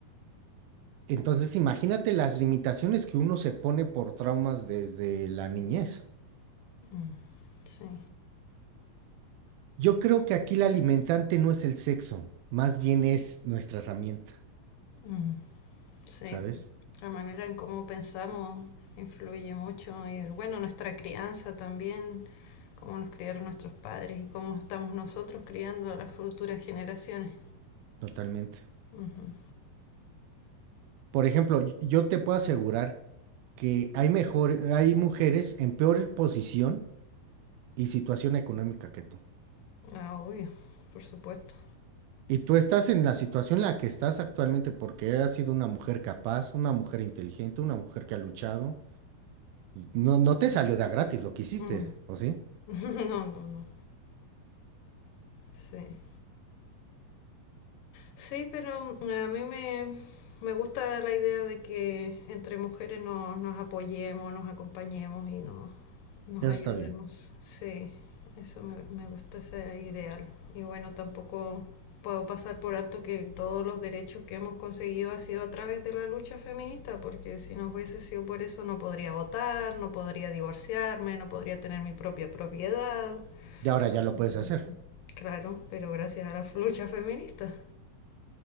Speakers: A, on the right; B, on the left.
A: Entonces, imagínate las limitaciones que uno se pone por traumas desde la niñez.
B: mm, sí,
A: Yo creo que aquí la alimentante no es el sexo, más bien es nuestra herramienta,
B: mm, sí,
A: ¿sabes?
B: la manera en cómo pensamos influye mucho y bueno, nuestra crianza también, cómo nos criaron nuestros padres y cómo estamos nosotros criando a las futuras generaciones.
A: Totalmente.
B: Ujú.
A: Por ejemplo, y- yo te puedo asegurar que hay mejor, hay mujeres en peor posición y situación económica que tú.
B: Ah, obvio, por supuesto.
A: Y tú estás en la situación en la que estás actualmente porque has sido una mujer capaz, una mujer inteligente, una mujer que ha luchado. No, no te salió de a gratis lo que hiciste,
B: Mm.
A: ¿o sí?
B: <laughs> No, no, no. Sí. Sí, pero mm, a mí me, me gusta la idea de que entre mujeres nos, nos apoyemos, nos acompañemos y nos nos
A: Ya
B: ayudemos.
A: está bien.
B: Sí, eso me, me gusta ese ideal. Y bueno, tampoco puedo pasar por alto que todos los derechos que hemos conseguido ha sido a través de la lucha feminista, porque si no hubiese sido por eso no podría votar, no podría divorciarme, no podría tener mi propia propiedad.
A: Y ahora ya lo
B: Entonces,
A: puedes hacer.
B: claro, pero gracias a la lucha feminista.